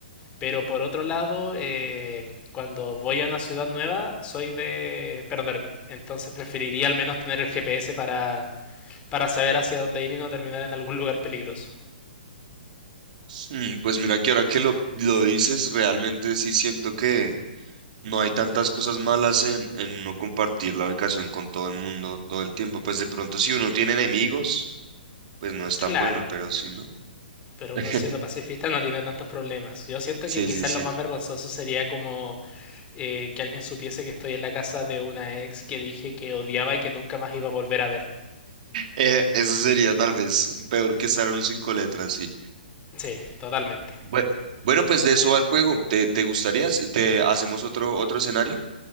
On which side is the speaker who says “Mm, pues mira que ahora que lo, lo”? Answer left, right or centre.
Right